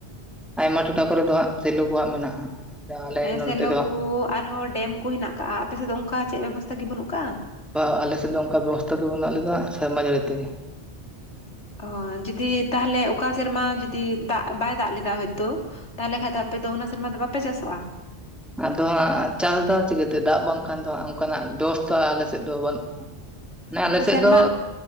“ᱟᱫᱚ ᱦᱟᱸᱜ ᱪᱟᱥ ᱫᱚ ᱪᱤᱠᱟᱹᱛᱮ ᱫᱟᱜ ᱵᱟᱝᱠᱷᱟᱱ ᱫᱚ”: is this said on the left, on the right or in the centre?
Centre